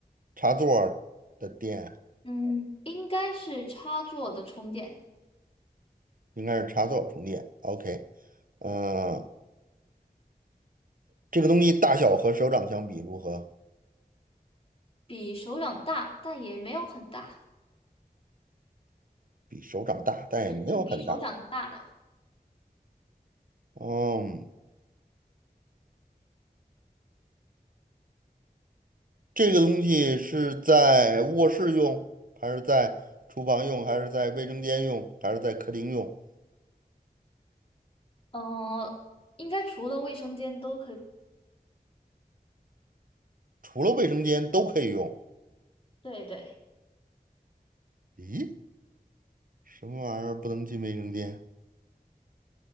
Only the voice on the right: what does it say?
插座儿的电？
应该是插座充电。OK，呃，这个东西大小和手掌相比如何？
比手掌大，但也没有很大。
嗯，这个东西是在卧室用，还是在厨房用，还是在卫生间用，还是在客厅用？
除了卫生间都可以用。
咦，什么玩意儿不能进卫生间？